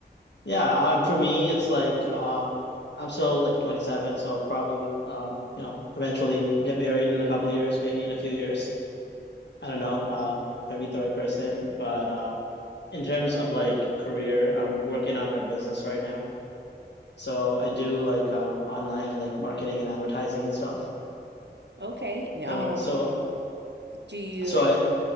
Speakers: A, on the left (about 75°); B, on the right (about 75°).
A: Yeah, um, for me, it's like uh, I'm still like 27, so I'll probably um, you know, eventually get married in a couple of years, maybe in a few years. I don't know uh, if I meet the right person, but uh, in terms of like career, I'm working on my business right now. So I do like um online like marketing and advertising and stuff.
B: okay. Um,
A: So so
B: do you?
A: so I